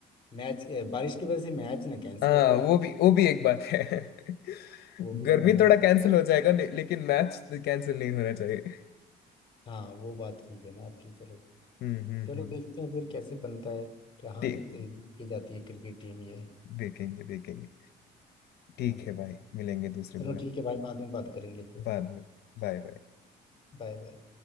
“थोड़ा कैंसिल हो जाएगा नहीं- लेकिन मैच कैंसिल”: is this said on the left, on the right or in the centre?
Left